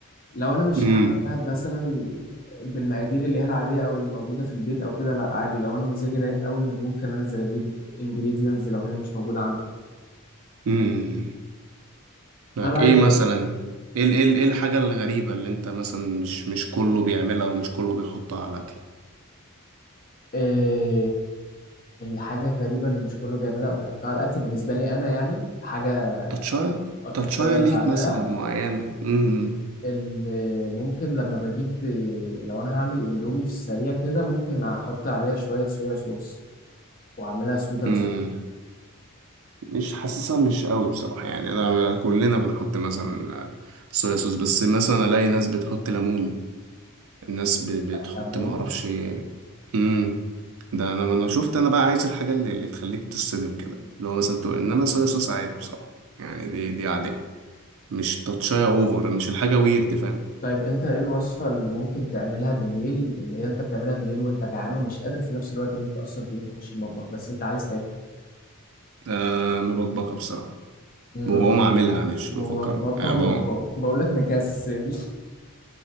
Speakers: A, on the left; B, on the right.
A: لو أنا مش
B: امم
A: هعملها مثلا بالمقادير اللي هي العادية أو اللي موجودة في البيت أو كده لا عادي لو أنا مزاجي رايق قوي ممكن أنزل أجيب ingredients لو هي مش موجودة عندي
B: امم. معاك
A: أنا بقى
B: ايه
A: عايز
B: مثلا ايه ال- ايه ال- ايه الحاجة الغريبة اللي انت مثلا مش مش كله بيعملها ومش كله بيحطها على الاكل
A: إيه الحاجة الغريبة اللي مش كله بيعملها أو بيحطها على الأكل بالنسبة لي أنا يعني حاجة
B: تاتشاية
A: أتاتشاي
B: تاتشاية
A: أنا
B: ليك
A: بعملها
B: مثلا معينة امم
A: ال- ممكن لما بجيب لو انا هعمل اندومي في السريع كده ممكن احط عليها شوية صويا صوص واعملها سويت اند
B: امم
A: ساور
B: مش حاسسها مش قوي بصراحة يعني انا كلنا بنحط مثلا صويا صوص بس مثلا الاقي ناس بتحط ليمون الناس ب- بتحط
A: ليمون
B: معرفش امم ده انا ما انا شفت انا بقى عايز الحاجة اللي, اللي تخليك تصدم كده اللي هو مثلا تقول انما صويا صوص عادي بصراحة يعني دي دي عادية مش تاتشاية اوفر مش الحاجة ويرد فاهم
A: طيب انت ايه الوصفة اللي ممكن تعملها بالليل اللي هي انت بتعملها بالليل وانت جعان ومش قادر في نفس الوقت ان انت اصلا تقوم تخش المطبخ بس انت عايز تاكل
B: آه مبكبكة بصراحة
A: مب-
B: وبقوم اعملها مش
A: ملخبطة
B: بفكرها يعني
A: وبقول
B: بقوم
A: لك مكسل <laughs>